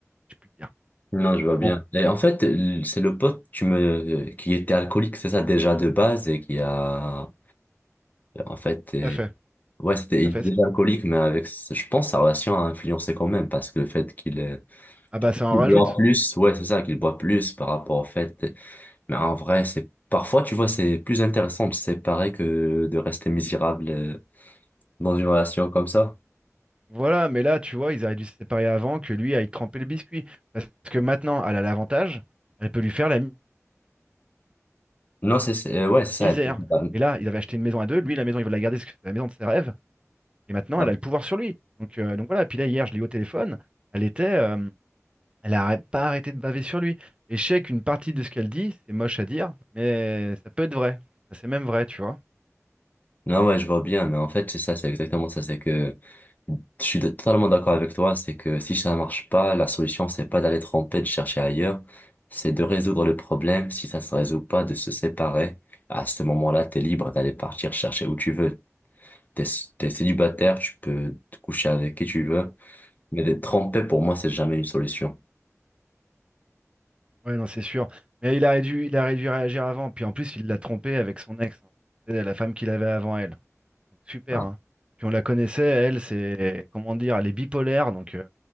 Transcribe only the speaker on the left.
Non, je vois bien.
Et en fait, l- c'est le pote tu me... euh, qui était alcoolique, c'est ça déjà de base et qui a. En fait, euh,
ouais, c'était
il
était
déjà
alcoolique, mais avec. ce- Je pense sa relation a influencé quand même parce que le fait qu'il euh,
qu'il
boit plus, ouais, c'est ça, qu'il boit plus par rapport au fait. Mais en vrai, c'est. Parfois, tu vois, c'est plus intéressant de se séparer que de rester misérable euh, dans une relation comme ça.
Non, c'est, c'est- euh, ouais, c'est ça.
exactement.
Ouais.
Non, ouais, je vois bien, mais en fait, c'est ça, c'est exactement ça. C'est que je suis totalement d'accord avec toi. C'est que si ça marche pas, la solution, c'est pas d'aller tromper, de chercher ailleurs. C'est de résoudre le problème. Si ça se résout pas, de se séparer. À ce moment-là, t'es libre d'aller partir chercher où tu veux. T'es, t'es célibataire, tu peux te coucher avec qui tu veux. Mais d'être trompé, pour moi, c'est jamais une solution.
Ah.